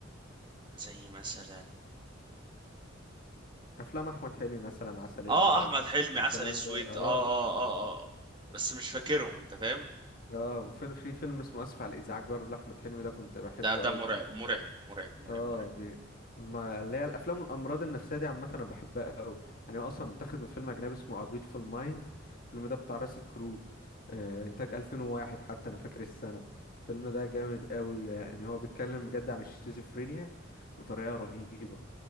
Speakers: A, on the right; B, on the left.
A: زي مثلا
B: افلام احمد حلمي مثلا عسل اسود
A: اه احمد
B: والف
A: حلمي عسل
B: الكلام
A: اسود
B: ده اه
A: اه اه اه اه آه. بس مش فاكرهم انت فاهم
B: اه وفيلم في فيلم اسمه اسف على الازعاج برضه لاحمد حلمي ده كنت بحبه
A: ده ده
B: قوي كان
A: مرعب مرعب مرعب مرعب
B: اه
A: مرعب
B: بي... ما اللي هي الافلام الامراض النفسيه دي عامه انا بحبها قوي يعني هو اصلا متاخد من فيلم اجنبي اسمه A Beautiful Mind الفيلم ده بتاع راسل كرو آه انتاج 2001 حتى انا فاكر السنه الفيلم ده جامد قوي يعني هو بيتكلم بجد عن الشيزوفرينيا بطريقه رهيبه